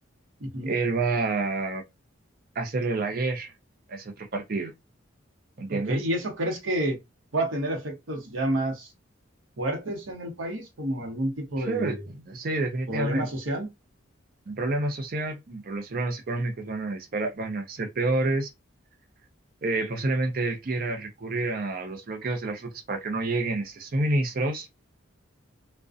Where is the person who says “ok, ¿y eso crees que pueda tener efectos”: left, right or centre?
Right